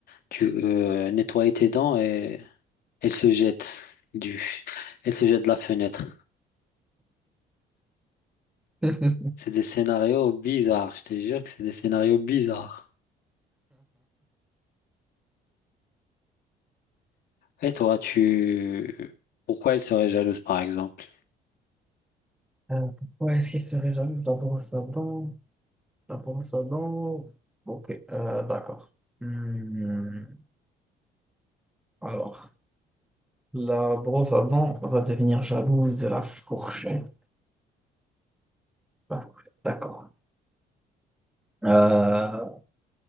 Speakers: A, on the left; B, in the centre.
A: tu veux euh, nettoyer tes dents et elle se jette du, elle se jette de la fenêtre.
B: <laughs>
A: C'est des scénarios bizarres, je te jure que c'est des scénarios bizarres. Et toi, tu... Pourquoi elle serait jalouse, par exemple?
B: Euh, Pourquoi est-ce qu'il serait jaloux de la brosse à dents? La brosse à dents. Ok, euh, d'accord. Hmm, Alors, la brosse à dents va devenir jalouse de la fourchette. La fourchette, D'accord. Euh,